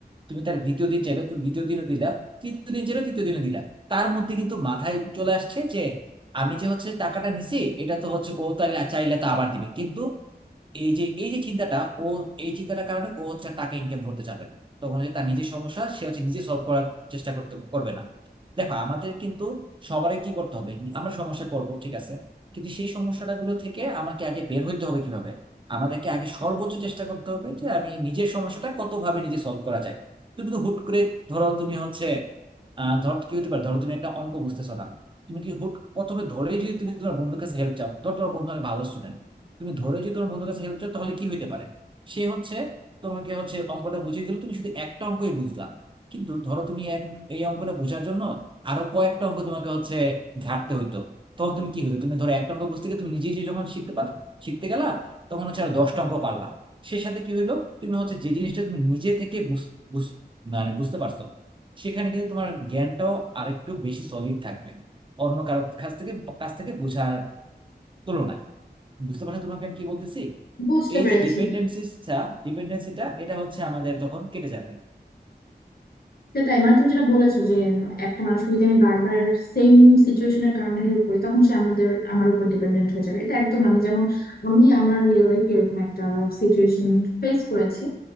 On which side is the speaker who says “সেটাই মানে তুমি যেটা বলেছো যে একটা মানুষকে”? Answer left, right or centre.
Left